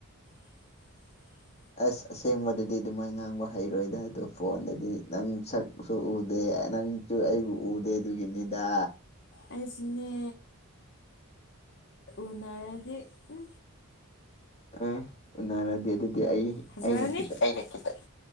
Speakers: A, on the left; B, on the left.
A: <inaudible>
B: ꯑꯁ ꯑꯁꯦꯡꯕꯗꯗꯤ ꯑꯗꯨꯃꯥꯏ ꯉꯥꯡꯕ ꯍꯩꯔꯣꯏꯗ ꯑꯗꯣ ꯐꯣꯟꯗꯗꯤ ꯅꯪ ꯁꯛꯁꯨ ꯎꯗꯦ ꯑꯦ ꯅꯪꯁꯨ ꯑꯩꯕꯨ ꯎꯗꯦ ꯑꯗꯨꯒꯤꯅꯤꯗ
A: ꯑꯩꯁꯨꯅꯦ ꯎꯅꯔꯗꯤ ꯎ
B: ꯑꯦ ꯎꯅꯔꯗꯤ ꯑꯗꯨꯗꯤ ꯑꯩ
A: ꯐꯖꯔꯅꯤ
B: ꯑꯩꯅ ꯈꯤꯇꯪ
A: ꯑꯩꯅ ꯈꯤꯇꯪ